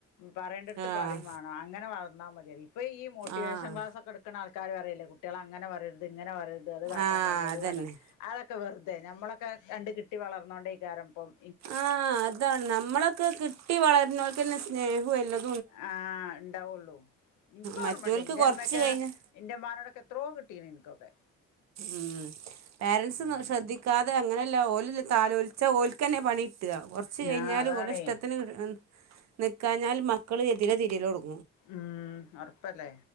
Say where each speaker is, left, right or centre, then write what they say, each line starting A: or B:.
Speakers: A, on the left; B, on the right.
A: പറയേണ്ട അടുത്ത്
B: ആഹ്
A: പറയാ - <unintelligible> അങ്ങനെ വളർ വന്നാ മതിയ ഇപ്പൊ ഈ മോട്ടിവേഷൻ
B: ആഹ്
A: ക്ലാസ്ക്കെ എടുക്കണആൾക്കാര് പറയില്ല കുട്ടികളെ അങ്ങനെ പറയരുത് അങ്ങനെ പറയരുത് ഇത് അത് കാട്ടാൻ
B: ആഹ്
A: പടില്ല ഇത്
B: അതന്നെ
A: കാട്ടാം അതൊക്കെ വെറുതെ നമ്മളൊക്കെ കണ്ട് കിട്ടി വളർന്നോണ്ടേ ഇതാരഭം
B: ആഹ അതാണ് നമ്മളൊക്കെ കിട്ടി വളരുന്നവൾക്കന്നെ സ്നേഹവും എല്ലാം
A: ആഹ് ഉണ്ടാവുള്ളൂ എനിക്ക്
B: മറ്റോൽക്ക്
A: ഓർമ്മണ്ട് ഇന്റെമ്മയൊക്കെ
B: കുറച്ച് കഴിഞ്ഞ്
A: എന്റെ ഇമ്മനോടൊക്ക്ഇത്രഓ കിട്ടീനു എനിക്കൊക്കെ
B: ഉ പോരൻസ്
A: ഉം
B: ശ്രദ്ധിക്കാതെ അങ്ങനെ ഓൽ തഒലിച്ച ഓലക്കന്നെ പണി കിട്ടുക കൊറച്ച് കഴിഞ്ഞാല്
A: ആഹ് അതാണേ
B: ഓല ഇഷ്ടത്തിന്- നിൽക്കാഞ്ഞാൽ മക്കൾ എതിരെ തിരിലടും
A: ഉം ഉറപ്പല്ലേ